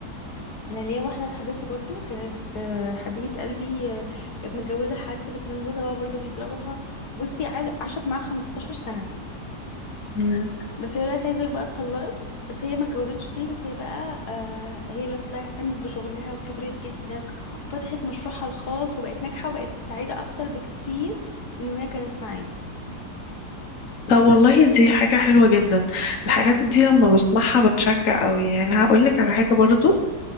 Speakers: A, on the left; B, on the left.
A: انا ليا واحده صاحبتي برضو كانت آه، حبيبه قلبي آه، كانت متجوزه حد بس كان جوزها بقى برضو بيضربها بصي عاش- عاشت معاه 15 سنه
B: مم.
A: بس هي دلوقتي عايزه لك بقى اتطلقت بس هي ما اتجوزتش تاني بس هي بقى آه هي دلوقتي بقى اهتمت بشغلها وكبرت جدا وفتحت مشروعها الخاص وبقت ناجحه وبقت سعيده اكتر بكتير من وهي كانت معاه
B: طب والله دي حاجة حلوة جدا
A: طبعا
B: الحاجات دي لما بسمعها بتشجع قوي يعني هقولك على حاجة برضو